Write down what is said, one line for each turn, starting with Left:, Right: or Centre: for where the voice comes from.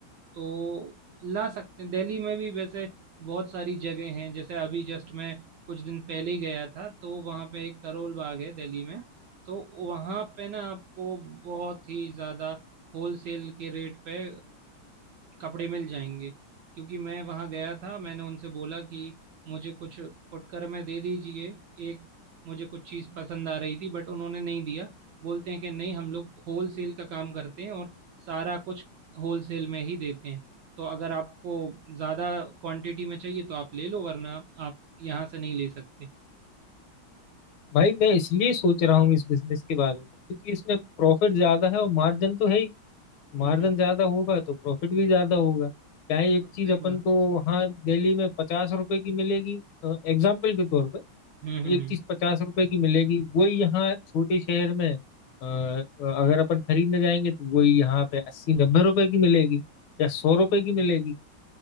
Right: तो ला सकते हैं दिल्ली में भी वैसे बहुत सारी जगह हैं जैसे अभी जस्ट मैं कुछ दिन पहले ही गया था तो वहाँ पे एक करोल बाग है दिल्ली में तो वहाँ पे ना आपको बहुत ही ज़्यादा होलसेल के रेट पे कपड़े मिल जाएंगे क्योंकि मैं वहाँ गया था मैंने उनसे बोला कि मुझे कुछ फुटकर में दे दीजिए एक मुझे कुछ चीज़ पसंद आ रही थी बट उन्होंने नहीं दिया बोलते हैं कि नहीं हम लोग होल सेल का काम करते हैं और सारा कुछ होल सेल में ही देते हैं तो अगर आपको ज़्यादा क्वांटिटी में चाहिए तो आप ले लो वरना आप यहाँ से नहीं ले सकते
Left: भाई मैं इसलिए सोच रहा हूँ इस बिजनेस के बारे में क्योंकि इसमें प्रॉफिट ज्यादा है और मार्जिन तो है ही
Right: हम्म
Left: मार्जिन
Right: हम्म
Left: ज्यादा होगा तो प्रॉफिट भी ज्यादा होगा क्या है, एक
Right: हाँ,
Left: चीज
Right: सही
Left: अपन
Right: बात
Left: को
Right: है।
Left: वहाँ दिल्ली में पचास रुपए की मिलेगी एग्जाम्पल के तौर पे
Right: हम्म हम्म
Left: एक
Right: हम्म।
Left: चीज पचास रुपए की मिलेगी वही यहाँ छोटे शहर में अ, अगर अपन खरीदने जाएंगे तो वही यहाँ पे अस्सी नब्बे रुपए की मिलेगी या सौ रुपए की मिलेगी